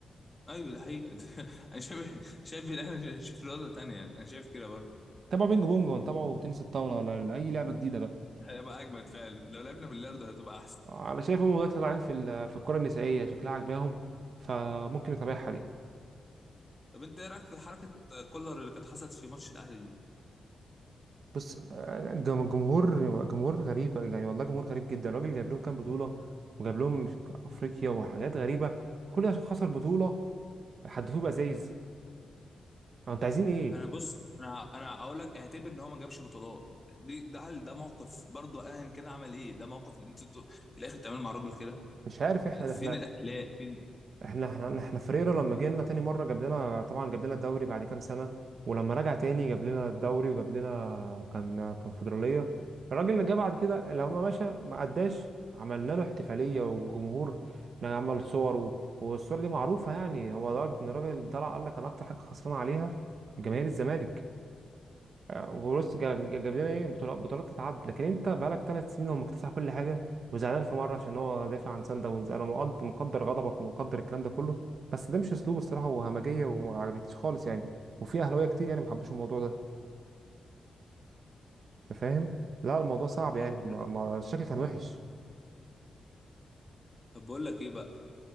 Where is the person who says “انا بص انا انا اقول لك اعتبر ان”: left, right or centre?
Left